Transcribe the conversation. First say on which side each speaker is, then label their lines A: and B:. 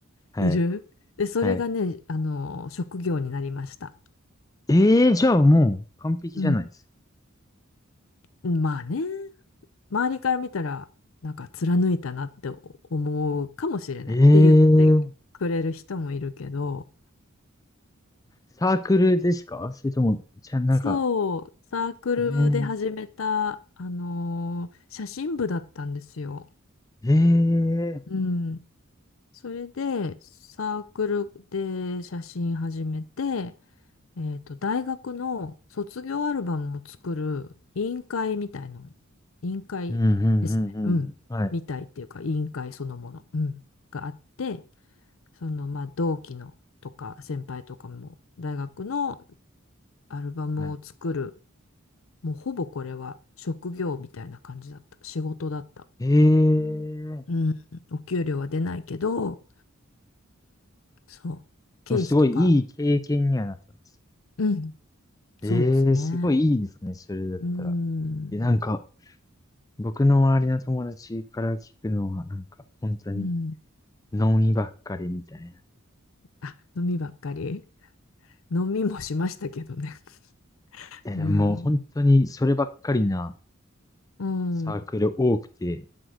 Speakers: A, on the left; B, on the left.
A: はい。
B: いる。で、それがね、
A: はい。
B: あの職業になりました。
A: ええじゃあもう完璧じゃないですか。
B: うん。まあね。周りから見たら、なんか貫いたなって思うかもしれないって言ってくれる人もいるけど、
A: ええサークルですかそれとも、じゃあなんか、
B: そう、サークルで始めた、
A: ええ
B: あのー写真部だったんですよ。
A: ええ
B: うん。それで、サークルで写真始めて、えっと、大学の卒業アルバムを作る委員会みたいの、委員会ですね。
A: うん、うん、うん、うん。
B: うん。
A: うんはい。
B: みたいっていうか、委員会そのもの、うん、があって、そのまあ同期のとか先輩とかも大学のアルバムを作る、
A: はい。
B: もうほぼこれは職業みたいな感じだった。仕事だった。
A: ええ
B: うん。お給料は出ないけど、そう。経費とか、
A: でもすごいいい経験にはなったんです。
B: うん。そうですね。
A: ええすごいいいですね。それだったら。
B: うん。
A: え、なんか、僕の周りの友達から聞くのは、なんか、本当に、
B: うん。
A: ノンイばっかりみたいな。
B: あ、飲みばっかり飲みもしましたけどね。<laughs>
A: え、でももう本当に、
B: うん。
A: そればっかりな
B: うん。
A: サークル多くて、